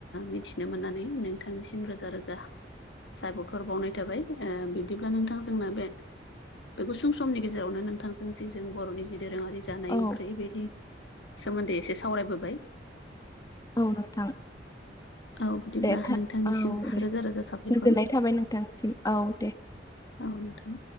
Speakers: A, on the left; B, on the left.
A: मिथिनो मोननानै नोंथांनिसिम रोजा रोजा। साबायखर बावनाय थाबाय बिब्दिब्ला नोंथां जोंना बे बे गुसुं समनि गेजेरावनो नोंथांजों जे जों बर'नि जि दोरोङारि जानाय
B: औ
A: ओंख्रि बेनि सोमोन्दै एसे सावरायबोबाय
B: औ नोंथां।
A: औ बिदिब्ला
B: दे था
A: नोंथांनिसिम
B: औ दे
A: रोजा रोजा साबायखर
B: गोजोननाय थाबाय नोंथांसिम औ दे
A: औ नोंथां।